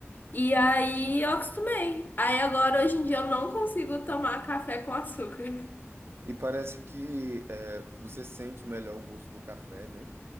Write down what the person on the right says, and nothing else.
Sim.
E parece que é, você sente melhor o gosto do café, né?